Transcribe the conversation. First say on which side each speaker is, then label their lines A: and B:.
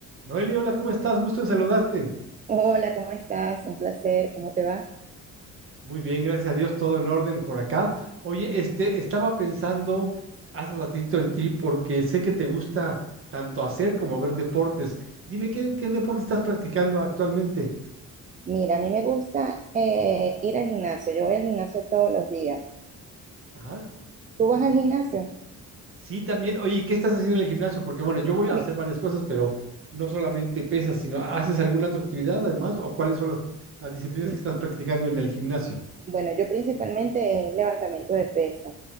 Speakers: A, on the right; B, on the right.
A: Noeli, hola, ¿cómo estás? Gusto en saludarte.
B: Hola, ¿cómo estás? Un placer, ¿cómo te va?
A: Muy bien, gracias a Dios, todo en orden por acá. Oye, este, estaba pensando hace ratito en ti porque sé que te gusta tanto hacer como ver deportes. Dime, ¿qué, qué deporte estás practicando actualmente?
B: Mira, a mí me gusta eh, ir al gimnasio. Yo voy al gimnasio todos los días.
A: Ajá.
B: ¿Tú vas al gimnasio?
A: Sí, también. Oye, ¿y ¿qué estás haciendo en el gimnasio? Porque bueno, yo voy a
B: Mi-
A: hacer varias cosas, pero no solamente pesas, sino ¿haces alguna otra actividad además? ¿O cuáles son las, las disciplinas
B: mi-
A: que estás practicando en el gimnasio?
B: bueno, yo principalmente es levantamiento de pesas,